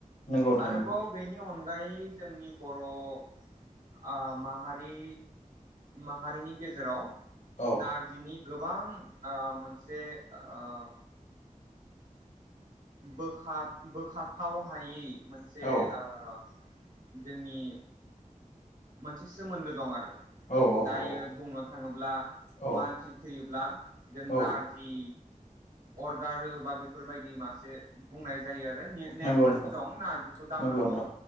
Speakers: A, on the left; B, on the right.
A: नंगौ नोंथां
B: आरोबाव
A: नंगौ
B: बेनि अन अनगायै जोंनि बर' आ माहारि माहारिनि गेजेराव
A: औ
B: नारजिनि गोबां ओ मोनसे ओ- बोखा बोखाथाव हायै मोनसे
A: औ
B: ओ जोंनि मोनसे सोमोन्दो दं आरो।
A: औ औ
B: दायो बुंनो थाङोब्ला
A: औ
B: मानसि थैयोब्ला जों
A: औ
B: नारजि अर गारो बा बेफोरबायदि मासे बुंनाय जायो आरो। नेमखान्थि
A: नंगौ नंगौ
B: दं नारजिखौ दांनांगौ
A: नंगौ नोंथां